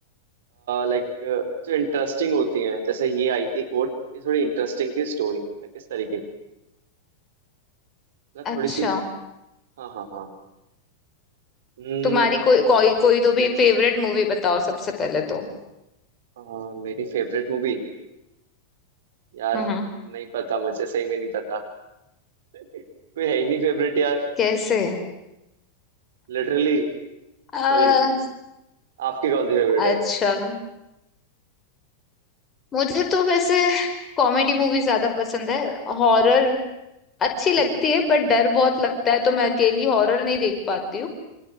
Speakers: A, on the right (about 60°); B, on the left (about 25°).
A: लाइक जो इंटरेस्टिंग होती हैं जैसे ये आई थी कोर्ट ये थोड़ी इंटरेस्टिंग थी स्टोरी किस तरीके की मतलब
B: अच्छा
A: थोड़ी सी हाँ हाँ हाँ हम्म,
B: तुम्हारी कोई
A: अ,
B: कोई कोई तो भी फेवरेट मूवी बताओ सबसे पहले तो
A: अ, मेरी फेवरेट मूवी यार
B: हम्म
A: नहीं पता मुझे सही में नहीं पता <laughs> कोई है ही नहीं फेवरेट यार
B: कैसे
A: लिटरली
B: आ,
A: कोई नहीं है आपकी कौन सी फेवरेट
B: अच्छा
A: है
B: मुझे तो वैसे कॉमेडी मूवी ज्यादा पसंद है हॉरर अच्छी
A: Okay
B: लगती है बट डर बहुत लगता है तो मैं अकेली हॉरर नहीं देख पाती हूँ